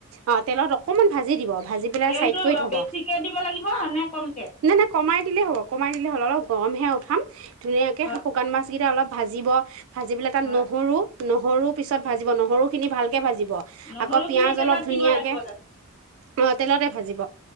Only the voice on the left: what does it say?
তেলটো
বেছিকে দিব লাগিব নে কমকে
হয়
হয়
নহৰুখিনি
তেলত
দিব লাগিব